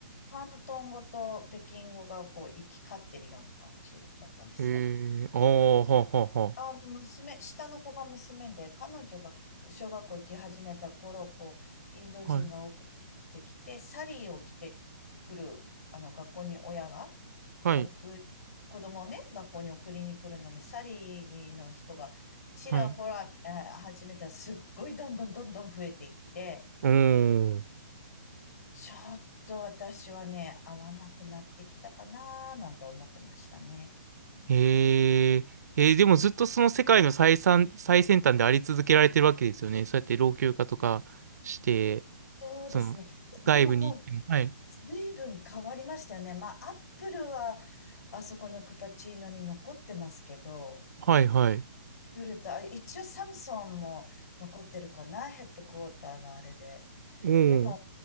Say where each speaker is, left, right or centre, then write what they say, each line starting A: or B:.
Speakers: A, on the left; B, on the right.
A: 広東語と北京語がこう行き交ってるような感じだったんですね。
B: へえ、ああ、はあ、は
A: あの、娘、下の子が娘で、彼女が小学校行き始めた頃、こう、インド人が多くてきて、
B: あ、はあ、はい、
A: サリーを着てくる、あの、学校に親が、
B: はい、
A: 送子供をね、学校に送りに来るのに、サリーの人がちらほら、
B: はい、
A: えー始めたらすっごいどんどんどんどん増えていって、
B: おー、
A: ちょっと私はね、合わなくなってきたかななんて思ってましたね。
B: へえ、えーでもずっとその世界の最先、
A: うん
B: 最先端であり続けられてるわけですよね。そうやって老朽化とかして、
A: そうですね。
B: その、外部に行っても、
A: でももう、
B: はい、
A: 随分変わりましたよね。まあ、アップルは、あそこのクパチーノに残ってますけど、
B: はい、はい、
A: フルと、あ一応サムソンも残ってるかな、ヘッドクォーターのあれで。
B: おー、
A: でも、